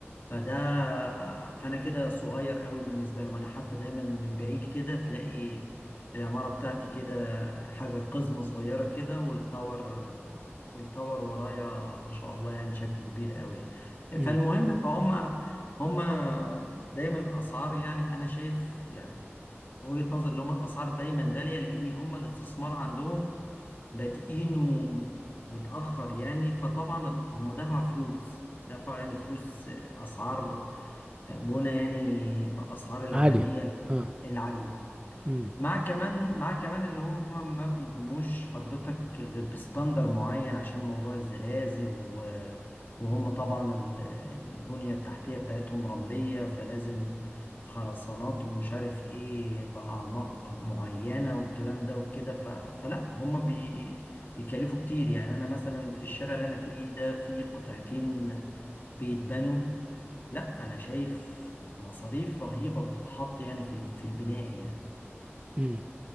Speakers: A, on the left (about 45°); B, on the right (about 25°).
A: فده فأنا كده صغير قوي بالنسبة لهم أنا حتى دايما من بعيد كده تلاقي العمارة بتاعتي كده حاجة قزمة صغيرة كده والتاور والتاور ورايا ما شاء الله يعني شكله كبير قوي يعني.
B: امم
A: فالمهم فهم هم دايما الأسعار يعني أنا شايف يعني من وجهة نظر اللي هم الاسعار دايما غاليه لان هم الاستثمار عندهم بادئينه متاخر يعني فطبعا ال- هم دفعوا فلوس دفعوا يعني فلوس آه، اسعار آه، بنا يعني باسعار العالميه
B: عالية اه
A: العاليه
B: امم
A: مع كمان مع كمان اللي هم ما بيبنوش حضرتك غير بستاندر معين عشان موضوع الزلازل و... وهم طبعا ال- البنية التحتية بتاعتهم رملية فلازم خرسانات ومش عارف ايه بأعماق معينة والكلام ده وكده ف... فلا هم بي... بيكلفوا كتير يعني انا مثلا في الشارع اللي انا فيه ده في قطعتين بيتبنوا لا انا شايف مصاريف رهيبة بتتحط يعني في ال- في البناء
B: امم